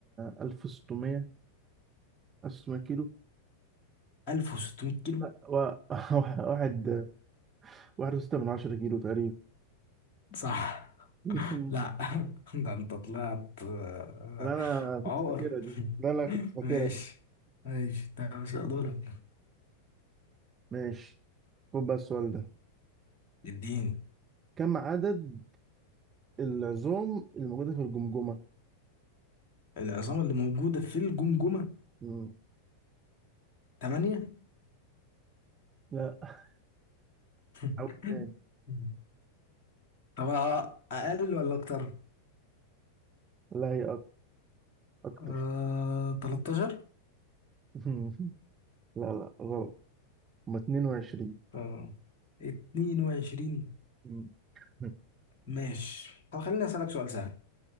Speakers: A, on the right (about 25°); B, on the left (about 50°).
A: آه، ألف وستمية ألف وستمية كيلو
B: 1600 كيلو
A: لا و- <laughs> واحد واحد وستة من عشرة كيلو تقريبا
B: صح
A: <laughs>
B: لا <laughs> ده انت طلعت آه،
A: لا أنا كنت
B: عقر
A: فاكرها دي لا
B: <laughs>
A: لا كنت فاكرها
B: ماشي
A: دي
B: ماشي ده مش هقدرك
A: ماشي خد بقى السؤال ده
B: اديني
A: كم عدد العظام الموجودة في الجمجمة؟
B: العظام اللي موجودة في الجمجمة
A: مم.
B: تمانية
A: لا
B: <laughs>
A: أول تاني
B: طب أقل ولا أكتر؟
A: لا هي أك- أكتر
B: آه 13
A: <laughs> لا لا غلط هما 22
B: اه 22
A: مم. <laughs>
B: ماشي طب خليني أسألك سؤال سهل